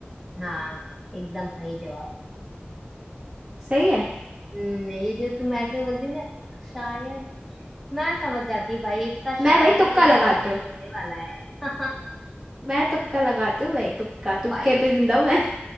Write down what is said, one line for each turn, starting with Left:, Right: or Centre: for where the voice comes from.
Centre: हाँ एकदम सही जवाब
Right: सही है
Centre: हम्म ये जो तुम ऐसे बोलती हो ना शायद मैं समझ जाती हूँ भाई इसका
Right: मैं
Centre: शायद
Right: भाई तुक्का
Centre: ना एकदम
Right: लगाती
Centre: सही
Right: हूँ
Centre: होने वाला है <laughs>
Right: मैं तुक्का लगाती हूँ भाई तुक्का तुक्के
Centre: भाई
Right: पे जिंदा हूँ मैं